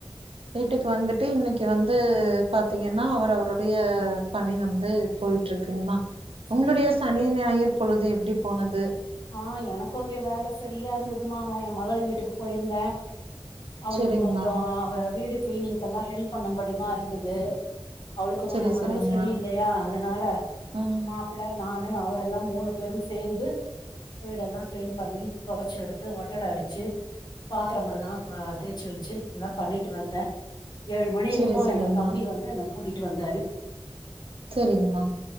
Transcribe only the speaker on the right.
வீட்டுக்கு வந்துட்டு இன்னிக்கு வந்து பாத்தீங்கன்னா அவர் அவருடைய பணி வந்து போயிட்ருக்குங்கமா
உங்களுடைய சனி ஞாயிர் பொழுது எப்டி போனது
செரிங்மா
செரி
செரிங்மா
ம்
செரி செரிங்மா
செரிங்ம்மா